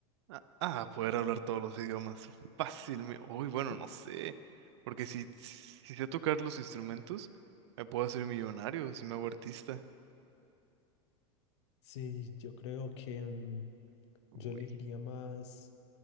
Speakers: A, on the right; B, on the left.
A: Ah, ah, poder hablar todos los idiomas. Fácilmente. Uy, bueno,
B: <laughs>
A: no sé. Porque si, si sé tocar los instrumentos, me puedo hacer millonario si me hago artista.
B: Sí, yo creo que mm,
A: Uy.
B: yo elegiría más